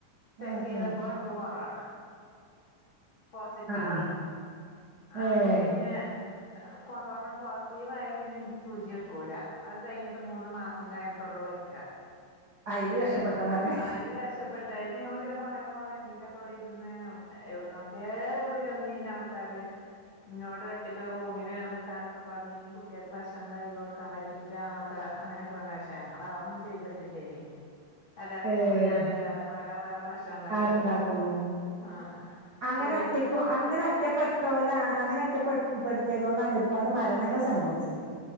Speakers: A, on the left (about 40°); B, on the right (about 40°).
A: ചെക്ക്
B: ആഹ്
A: ചെയ്തപ്പോ
B: ആഹ്
A: നിക്ക് കൊറോാണ. പോസിറ്റീവാണ്
B: ആഹ് ആഹ് ഏഹ്
A: അപ്പം പിന്നെ. കൊറോണ പോസിറ്റീവായാൽ പിന്നെനിക്ക് സുചി വെക്കൂലാ അത് കഴിഞ്ഞിട്ട് മൂന്ന് മാസം കഴിഞ്ഞിട്ടുള്ളൂ വയ്ക്ക
B: അയില് രക്ഷപ്പെട്ടതാണ്
A: അയില് രക്ഷപെട്ട അതിന് ഞങ്ങള് പിന്നെ കൊറെ ക്വാറന്റീൽ ത്തോടെരുന്ന് എവിടുന്നൊക്കെ വീളി വന്നീന ആൾക്കാര് ഇന്നോട്. റ്റക്കെ റൂമിൽ കൊക്കാനക്കെ പറഞ്ഞ കഴിഞ്ഞി കുട്ടൾക്ക് ഭക്ഷണം ണ്ടാക്കികൊടുക്കാൻ പറ്റുലാ ന്നക്കെ അങ്ങനെയൊക്കെ പറഞ്ഞ ക്ഷെ ഞങ്ങളാ അഞാന്നും ചെയ്തിട്ടില്ല ഇനി എല്ലാവർക്കും
B: ഏഹ്
A: ഞാനല്ലാതെ ഇപ്പോ ആരാ വേറെ ഭക്ഷണം ഉണ്ടാക്കി
B: ആരണ്ടാക്ക്ണു
A: കൊടുക്കണ് ആഹ്
B: അങ്ങനെ
A: ഇവിടുന്ന്
B: ഒറ്റയ്ക്കു
A: പൊറത്ത്ക്ക്
B: അങ്ങനെ ഒറ്റപ്പെ ട്ട് ഓലഅങ്ങനെ ഒറ്റപ്പെപ്പെടുത്തിയതുകൊണ്ടാണ് ഒരുപാട് മരണങ്ങൾ സംഭവിച്ചത്.